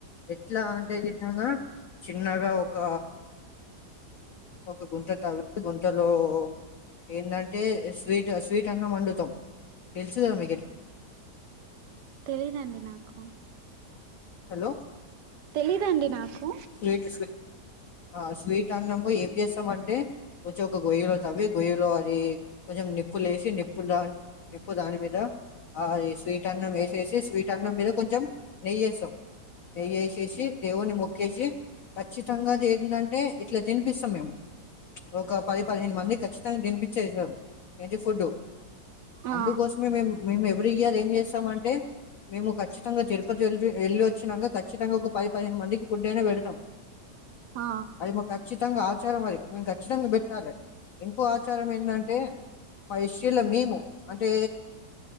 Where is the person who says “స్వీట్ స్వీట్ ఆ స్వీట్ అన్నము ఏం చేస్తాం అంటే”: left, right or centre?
Left